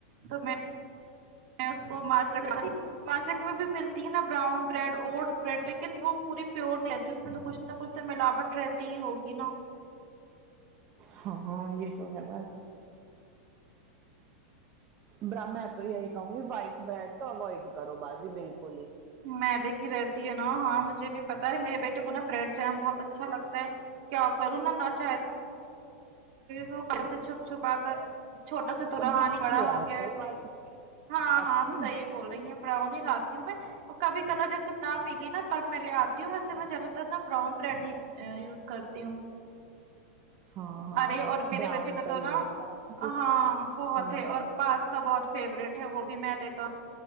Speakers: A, on the right; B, on the right.
A: تو میں میں اس مارکیٹ مارکیٹ میں بھی ملتی ہے نا براؤن بریڈ اوٹس بریڈ ل لیکن وہ پوری پیور نہیں رہتی اس میں تو کچھ نہ کچھ تو ملاوٹ رہتی ہی ہوگی نا
B: ہاں ہاں یہ تو ہے باجی بر میں تو یہی کہوں گی وائٹ بریڈ تو اوائڈ کرو باجی بالکل ہی
A: میدے کی رہتی ہ نا ہاں مجھے بھی پتا ہے میرے بیٹے کو نا بریڈ جام بہت اچھا لگتا ہے کیا کروں نا نا چاہ وہ کام سے چھپ چھو پا کر چھوٹا سا تو راہانی
B: براؤن
A: بڑا
B: لے آیا
A: ہو گیا
B: کرو
A: ہے
B: بازی
A: ہاں
B: آتی
A: ہاں آپ
B: ہے
A: صحیح بول رہی ہیں پراؤ نی لاتی ہوں میں اور کبھی کدہ جیسے نہ ملی نا تب میں لے آتی ہوں ویسے میں زیادہ تر نا براؤن بریڈ ہی یوز کرتی ہوں
B: ہاں ہاں
A: ارے اور میرے
B: براؤن
A: بچے کا تو
B: ہی
A: نا
B: ہے بازی،
A: ہاں بہت
B: ہوں
A: ہے اور پاستا بہت فیوریٹ ہے وہ بھی میدے کا